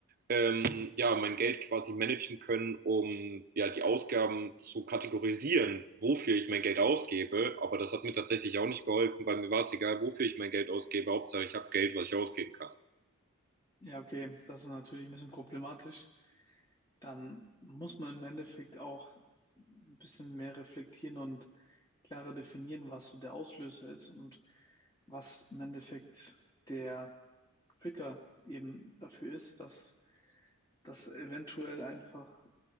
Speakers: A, on the right; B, on the left.
A: ähm, ja, mein Geld quasi managen können, um ja, die Ausgaben zu kategorisieren, wofür ich mein Geld ausgebe. Aber das hat mir tatsächlich auch nicht geholfen, weil mir war es egal, wofür ich mein Geld ausgebe. Hauptsache, ich habe Geld, was ich ausgeben kann.
B: Ja, okay, das ist natürlich ein bisschen problematisch. Dann muss man im Endeffekt auch ein bisschen mehr reflektieren und klarer definieren, was so der Auslöser ist und was im Endeffekt der Trigger eben dafür ist, dass das eventuell einfach